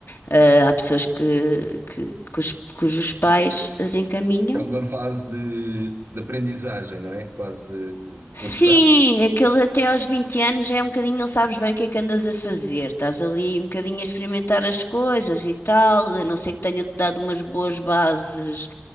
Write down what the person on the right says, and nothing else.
É uma fase de, de aprendizagem, não é? Quase eh,
forçada.